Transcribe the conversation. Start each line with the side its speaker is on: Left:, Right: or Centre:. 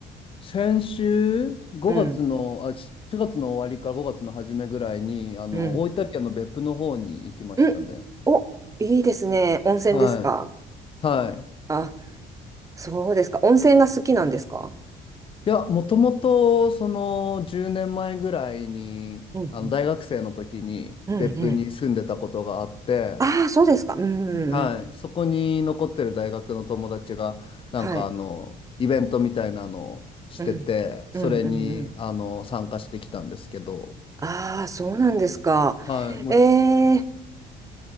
Left: 先週、5月の、
Right: うん、
Left: あ、4月の終わりから5月の初めぐらいに、あの、
Right: うん、
Left: 大分県の別府の方に行きましたね。
Right: うん。お、いいですね。温泉ですか
Left: はい。はい。
Right: あ、そうですか。温泉が好きなんですか
Left: いや、もともと、その、10年前ぐらいに、
Right: うん
Left: あの、大学生の時に別府に住んでたことがあって、
Right: うん、うんうん。ああ、そうですか。うんうんうん。
Left: はい。そこに残ってる大学の友達が、なんか、
Right: はい。
Left: あの、イベントみたいなのをしてて、
Right: うん。
Left: それに、
Right: うんうんうん。
Left: あの、参加してきたんですけど、
Right: ああ、そうなんですか。
Left: はい。もう
Right: ええ